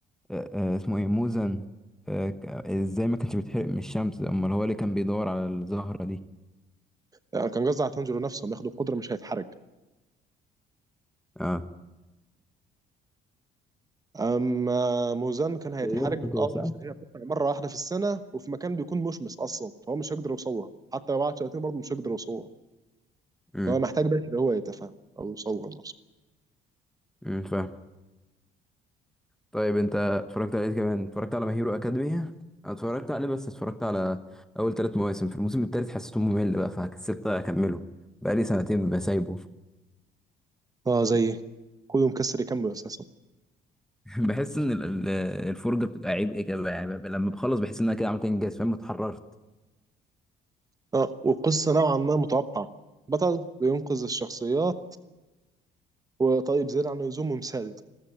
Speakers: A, in the centre; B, on the right (about 20°).
A: آه آه اسمه إيه موزن آه ك- إزاي ما كانش بيتحرق من الشمس أمال هو اللي كان بيدور على الزهرة دي
B: يعني كان قصدي على تنجر نفسه لما ياخد القدره مش هيتحرق
A: اه
B: اما موزان كان هيتحرج
A: زي اخته كده
B: اه
A: صح؟
B: عشان هي بتطلع مره واحده في السنه وفي مكان بيكون مشمس اصلا فهو مش هيقدر يوصلها حتى لو قعد سنتين برضه مش هيقدر يوصلها
A: امم
B: فهو محتاج بشر هو يتفاهم او يوصلها نفسه
A: امم فاهم طيب انت اتفرجت على ايه كمان اتفرجت على ماهيرو اكاديمي أنا اتفرجت عليه بس اتفرجت على اول ثلاث مواسم في الموسم الثالث حسيته ممل بقى فكسبت اكمله بقى لي سنتين بسايبه
B: اه زي كله مكسر يكمل اساسا
A: بحس ان ال- ال- الفرجه بتبقى عبء كده يعني ببقى لما بخلص بحس ان انا كده عملت انجاز فاهم اتحررت
B: اه والقصه نوعا ما متوقعه بطل بينقذ الشخصيات وطيب زيادة عن اللزوم ومثالي